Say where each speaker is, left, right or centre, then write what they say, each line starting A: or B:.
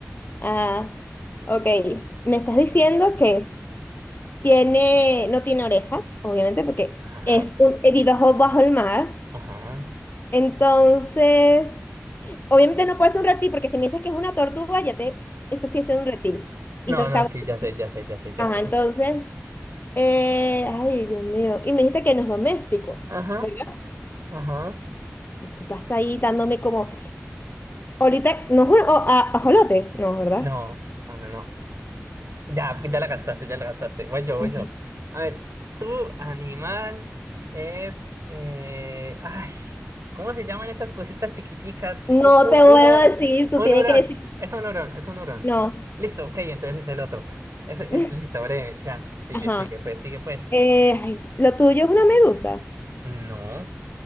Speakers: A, on the left; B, on the right.
A: Ah, ok. Me estás diciendo que tiene, no tiene orejas, obviamente, porque
B: Ajá,
A: es un, eh, vive bajo bajo el mar.
B: ajá.
A: Entonces. Obviamente no puede ser un reptil, porque si me dices que es una tortuga, ya te, eso sí es un reptil.
B: No,
A: Y eso está,
B: no, sí, ya sé, ya sé, ya sé, ya
A: ajá,
B: sé.
A: entonces, eh, ay, Dios mío, y me dijiste que no es doméstico,
B: Ajá,
A: ¿verdad?
B: ajá.
A: Tú estás ahí dándome como, ahorita, no es un o- a- ajolote, no, ¿verdad?
B: No, no, no, no. Ya, ya la gastaste, ya la gastaste. Voy yo, voy
A: Ujú.
B: yo. A ver, tu animal es... eh, Ay, ¿cómo se llaman esas cositas chiquiticas que...
A: No
B: Un, un,
A: te
B: uno-
A: voy a decir, tú
B: un
A: tienes
B: hurón.
A: que decir,
B: Es un hurón, es un hurón.
A: no,
B: Listo, ok, entonces es el otro. Es, es
A: <laughs>
B: listo, breve. Ya, sigue,
A: ajá,
B: sigue, pues, sigue, pues.
A: eh, ay, lo tuyo es una medusa.
B: No.